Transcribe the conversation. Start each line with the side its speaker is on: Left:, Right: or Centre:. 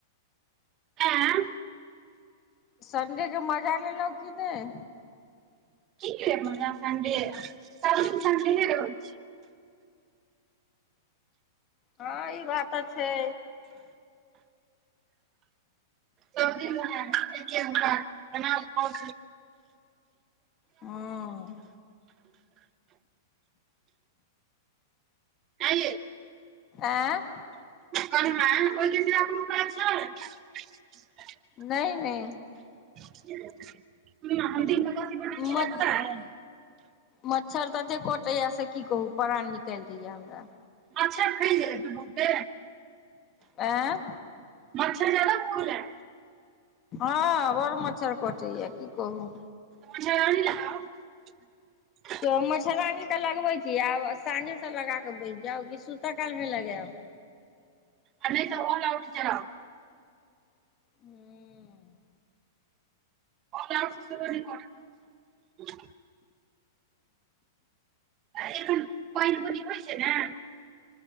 Right: आं
Left: सन्डे के मजा लेलहुँ कि नय
Right: क म सडे सडे रह <inaudible>
Left: हँ ई बात तऽ छै
Right: सब दिन ऊहै एके बनाऊ खाऊ
Left: हँ
Right: आं ऐ
Left: आँ
Right: करनमा बल आ अप कह छ <inaudible>
Left: नय नय
Right: जी <inaudible> कनिया हम दिन भर कथी बना क ऐलेय
Left: मत
Right: अय पता अय
Left: मच्छर तते कटैया से की कहू प्राण निकायल दैया हमरा
Right: मच्छर फूल जेतन ने बहुते
Left: आँ
Right: मच्छर जादा भ गेलै या
Left: हँ बड मच्छर कटैया की कहू
Right: मच्छरदानी लगाउ <inaudible>
Left: त मच्छरदानी तऽ लगबै छी आब साँझेसँ लगाकऽ बैस जाउ कि सूतअ कालमे लगैयब
Right: आ नहि तऽ ऑल आउट जराउ
Left: हूँ
Right: ऑल आउट से हो नहि काटत एखन पाइन बुनी होइ छै नऽ